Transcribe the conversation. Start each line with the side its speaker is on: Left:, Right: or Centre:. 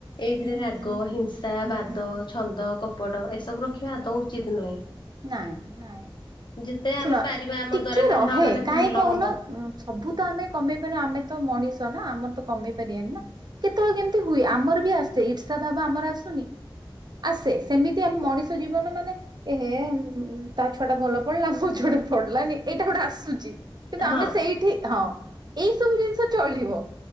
Right: ହୁଁ
Left: ଏଇଥିରେ ରାଗ
Right: ହୁଁ
Left: ହିଂସା
Right: ହୁଁ
Left: ବାଦ ଛନ୍ଦ କପ୍ ପଡ଼ ଏସବୁ ରଖିବା ଦୌ ଉଚିତ୍ ନୁହେଁ।
Right: ନାଇଁ ନାଇଁ <inaudible>
Left: ଯେତେ
Right: ଶୁଣ
Left: ଆମେ ପାରିବା ଆମ
Right: ଟିକେ
Left: ଦ୍ଵାରା କାହାର
Right: ରହେ
Left: ମାନେ
Right: କାହିଁ
Left: ଭଲ
Right: କହୁନ
Left: ହବ
Right: ସବୁ ତ ଆମେ କମେଇ ପାରିବ ଆମେ ତ ମଣିଷ ଆମର ତ କମେଇ ପାରିବାନି ନା କେତେବେଳେ କେମିତି ହୁଏ ଆମର ବି ଆସେ ଇର୍ଷା ଭାବ ଆମର ଆସୁନି? ଆସେ ସେମିତି ଆମ ମଣିଷ ଜୀବନ ମାନେ ହେ ତା ଛୁଆ ଟା ଭଲ ପଡିଲା ମୋ ଛୁଆଟେ ପଡିଲାନି ଏଇଟା ଗୋଟେ ଆସୁଛି। କିନ୍ତୁ ଆମେ
Left: ହଁ
Right: ସେଇଠି ଥ ହଁ ଏଇ ସବୁ ଜିନିଷ ଚଳିବ।